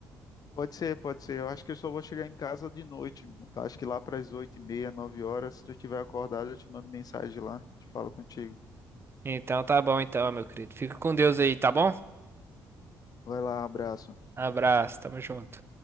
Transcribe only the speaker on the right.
Então tá bom então, meu querido. Fica com Deus aí, tá bom?
Abraço, tamo junto.